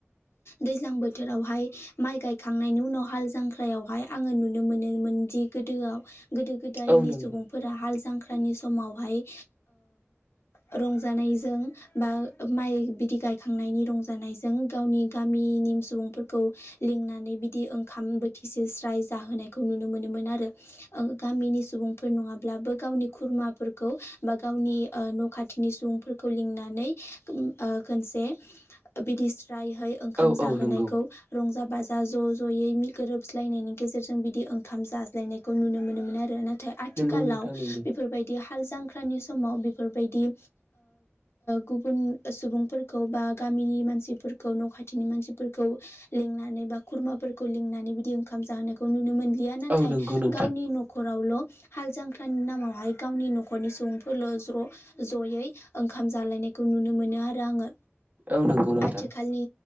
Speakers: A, on the left; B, on the right.
A: दैज्लां बोथोरावहाय माइ गायखांनायनि उनाव हाल जांख्रायावहाय आङो नुनो मोनो दि गोदोआव गोदो गोदायनि
B: औ नंगौ
A: सुबुंफोरा हाल जांख्रानि समावहाय रंजानायजों बा माइ बिदि गायखांनायनि रंजानायजों गावनि गामिनि सुबुंफोरखौ लिंनानै बिदि ओंखाम बोथिसे स्राय जाहोनायखौ नुनो मोनोम मोन आरो गामिनि सुबुंफोर नङाब्लाबो गावनि खुरमाफोरखौ बा गावनिह न' खाथिनि सुबुंफोरखौ लिंनानै खनसे बिदिस्रायहै ओंखाम
B: औ
A: जाहोनायखौ
B: औ नंगौ
A: रंजा जा बाजा ज' ज'यै गोरोबज्लायनायनि गेजेरजों बिदि ओंखाम जाज्लायनायखौ नुनो मोनोमोन आरो नाथाय नाथाय आथिखालाव
B: नंगौ नोंथां नंगौ
A: बेफोरबायदि हाल जांख्रा नि समाव बेफोरबायदि गुबुन सुबुंफोरखौ बा गामिनि मानसि फोरखौ न' खाथिनि मानसिफोरखौ लेंंनानै बा खुरमाफोरखौ लिंनानै बिदि ओंखाम जाहोनखौ नुनो मोन। गया नाथाय
B: औ नंगौ नोंथां
A: गावनि न'रावल' हाल जांख्रानि नामावहाय गावनि न' न'खरनि सुबुंफोरल' ज' ज'यै ओंखाम जालायनायखौ नुनो मोनो आरो आङो।
B: औ नंगौ नोंथां
A: आथि खालिनि